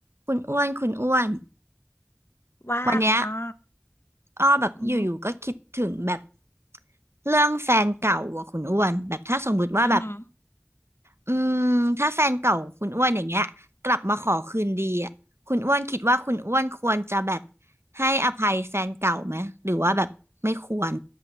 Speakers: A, on the right; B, on the left.
A: คุณอ้วน คุณอ้วน
B: ว่าคุณอ้อ
A: วันเนี้ยอ้อแบบอยู่ๆก็คิดถึงแบบ
B: อืม
A: เรื่องแฟนเก่าอ่ะคุณอ้วนแบบถ้าสมมุติว่าแบบ
B: อือหือ
A: อืมถ้าแฟนเก่าคุณอ้วนอย่างเงี้ยกลับมาขอคืนดีอ่ะคุณอ้วนคิดว่าคุณอ้วนควรจะแบบให้อภัยแฟนเก่าไหมหรือว่าแบบไม่ควร